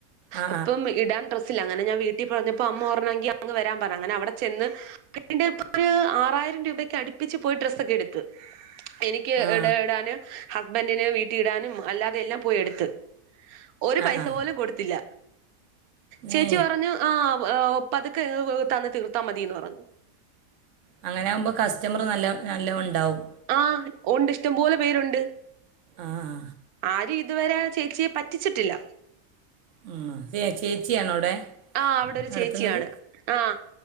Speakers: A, on the right; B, on the right.
A: ആ
B: അപ്പം ഇടാൻ ഡ്രസ്സ് ഇല്ല. അങ്ങനെ ഞാൻ വീട്ടിൽ പറഞ്ഞപ്പോ അമ്മ പറഞ്ഞു എങ്കിൽ അങ് വരാൻ പറഞ്ഞ്. അങ്ങനെ അവിടെ ചെന്ന് <unintelligible> ഇപ്പൊ ഒരു ആറായിരം രൂപക്ക് അടുപ്പിച്ച് പോയി ഡ്രസ്സ് സ്സോക്കെ എടുത്തു. എനിക്ക്
A: ആ ആ
B: ഇട ഇടാന് ഹസ്ബൻഡിന് വീട്ടിൽ ഇടാനും അല്ലാതെ എല്ലാം പോയി എടുത്ത്. ഒരു പൈസ
A: ആ ആ
B: പോലും കൊടുത്തില്ല. ചേച്ചി
A: ഏ
B: പറഞ്ഞു ആഹ് പതുക്കെ തന്ന് തീർത്താ മതിന്ന് പറഞ്ഞു.
A: അങ്ങനെ ആകുമ്പോ കസ്റ്റമർ നല്ല നല്ലോണം ഉണ്ടാവും.
B: ആഹ് ഉണ്ട്. ഇഷ്ടംപോലെ പേരുണ്ട്.
A: ആഹ്
B: ആരും ഇതുവരെ ചേച്ചിയെ പറ്റിച്ചിട്ടില്ല.
A: മം ഏഹ് ചേച്ചിയാണോ അവിടെ?
B: ആഹ് അവിടെ ഒരു
A: നടത്തുന്നത്
B: ചേച്ചിയാണ്. ആ